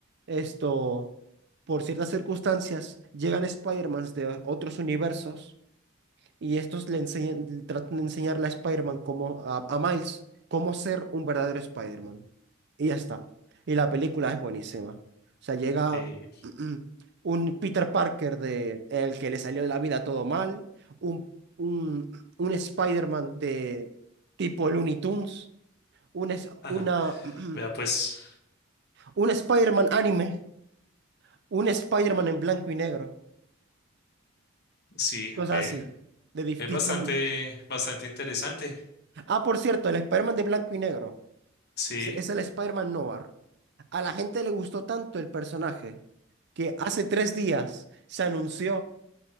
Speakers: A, on the right; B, on the left.
A: esto, por ciertas circunstancias, llegan Spider-Mans de otros universos y estos le enseñan, le tratan de enseñarle a Spider-Man cómo, a, a Miles, cómo ser un verdadero Spider-Man. Y ya está. Y la película es buenísima. O sea, llega
B: Ve. <laughs>
A: <clears throat> un Peter Parker de el que le salió de la vida todo mal, un, un, un Spider-Man de tipo Looney Tunes, un, es-
B: Ajá.
A: una, <clears throat>
B: Vea, pues,
A: un Spider-Man anime, un Spider-Man en blanco y negro,
B: sí,
A: cosas
B: ve.
A: así, de distintos
B: Es bastante,
A: universos.
B: bastante interesante.
A: Ah, por cierto, el Spider-Man de blanco y negro.
B: Sí,
A: Es, es el Spider-Man Noir. A la gente le gustó tanto el personaje que hace tres días se anunció